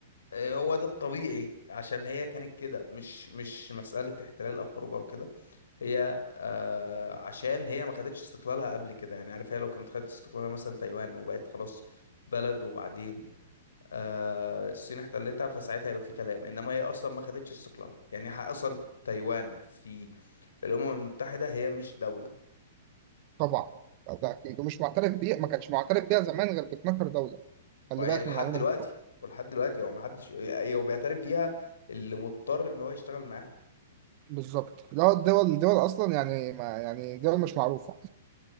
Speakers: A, on the left; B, on the right.
A: إيه هو ده الطبيعي عشان هي كانت كده مش مش مسألة احتلال او حروب او كده هي آه عشان هي ما خدتش استقلالها قبل كده يعني عارف هي لو كانت خدت استقلالها مثلا تايوان وبقت خلاص بلد وبعدين آه، الصين احتلتها فساعتها هيبقى في كلام انما هي اصلا ما خدتش استقلالها يعني ح- اصلا تايوان في الامم المتحده هي مش دوله
B: طبعا ده اكيد ومش معترف بيها ما كانش معترف بيها زمان غير ب 12 دوله خلي
A: وهي
B: بالك
A: لحد
B: من المعلومه
A: دلوقتي
B: دي
A: ولحد دلوقتي هو ما حدش هو بيعترف بيها اللي مضطر ان هو يشتغل معاها
B: بالظبط لا الدول الدول اصلا يعني ما يعني دول مش معروفه